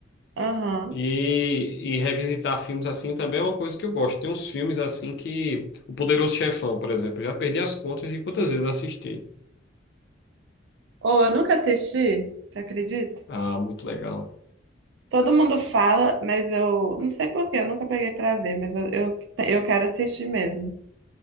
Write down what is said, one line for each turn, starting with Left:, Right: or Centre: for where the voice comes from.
Right: Aham.
Left: E, e revisitar filmes assim também é uma coisa que eu gosto. Tem uns filmes assim que. O Poderoso Chefão, por exemplo. Eu já perdi as contas de quantas vezes eu assisti.
Right: Ou eu nunca assisti, você acredita?
Left: Ah, muito legal.
Right: Todo mundo fala, mas eu não sei por quê, eu nunca peguei pra ver, mas eu, eu, eu quero assistir mesmo.